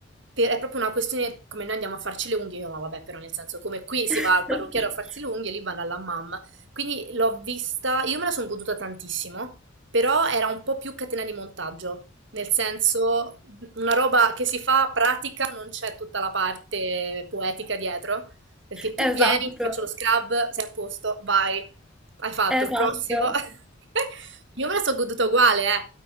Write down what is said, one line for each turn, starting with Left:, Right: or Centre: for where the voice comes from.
Right: per- è proprio una questione come noi andiamo a farci le unghie, io no, vabbè, però nel senso come qui si
Centre: <laughs>
Right: va al parrucchiere a farsi le unghie, lì vanno all'hammam. Quindi l'ho vista, io me la sono goduta tantissimo, però era un po' più catena di montaggio. Nel senso, una roba che si fa pratica, non c'è tutta la parte poetica dietro. Perché tu
Centre: Esatto,
Right: vieni, ti faccio lo scrub, sei a posto, vai, hai fatto
Centre: esatto.
Right: il prossimo. <laughs> Io me la so goduta uguale, eh.